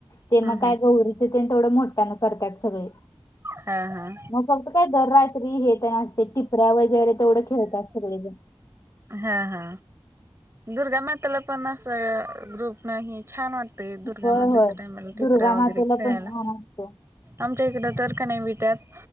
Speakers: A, on the left; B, on the right.
A: ते
B: हम्
A: मग काय
B: हम
A: गहरीच ते थोडं मोठ्या न करतात सगळे
B: हा हा
A: मग फक्त काय दर रात्री हे तर नासते टिपऱ्या वगैरे तेवढं खेळतात सगळे जण
B: हा हा दुर्गामाताला पण असं ग्रुप नाही छान वाटत ते दुर्गामातेच्या
A: होय होय
B: टाइमाला टिपऱ्या
A: दुर्गा
B: वगैरे
A: मातेला
B: खेळायला
A: पण छान असतं
B: आमच्या इकडं तर का नाही विटत